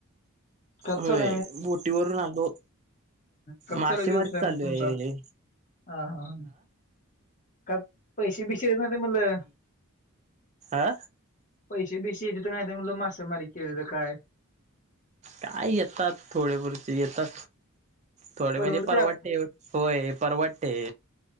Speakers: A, on the left; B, on the right.
A: कच्चाल
B: होय बोटीवरून आलो
A: कच्चाला
B: मासेमारी
A: व्यवसाय
B: चालू
A: मग तुमचा
B: आहे रे
A: ह हा ह का पैसे बिसे ना ते म्हलं.
B: आा.
A: पैसे बेशी एकदम तर आले म्हणून मासेमारी केलेलं काय?
B: काय येतात थोडे पुरचे येतात, थोडे
A: परवडते
B: म्हणजे परवाडतेव
A: आप-
B: होय परवडते